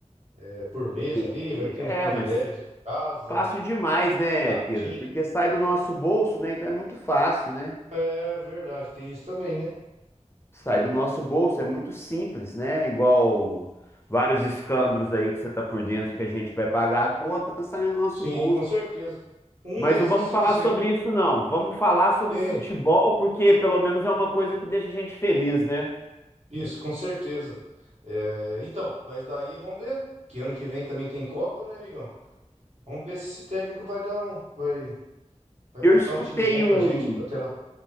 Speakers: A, on the right; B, on the left.
A: é, por mês
B: que-
A: ali, vai
B: que-
A: ter
B: É,
A: uns privilégios
B: mas
A: de casa,
B: fácil demais, né,
A: gatinho.
B: Pedro? Porque sai do nosso bolso, né? Então é muito fácil, né?
A: É verdade, tem isso também, né?
B: Sai do nosso bolso, é muito simples, né? Igual vários escândalos aí que você tá por dentro que a gente vai pagar a conta, tá saindo do nosso
A: Sim,
B: bolso.
A: com certeza. Um
B: Mas
A: desses
B: não vamos
A: que você...
B: falar
A: que você-
B: sobre
A: um-
B: isso, não. Vamos falar sobre
A: Tem,
B: futebol, porque pelo menos é uma coisa que deixa a gente feliz, né?
A: isso, com certeza. É, então, mas daí vamos ver, que ano que vem também tem Copa, né, amigão? Vamos ver se esse técnico vai dar um... Vai, vai
B: Eu
A: montar
B: escutei
A: um time bom pra
B: um,
A: gente até lá.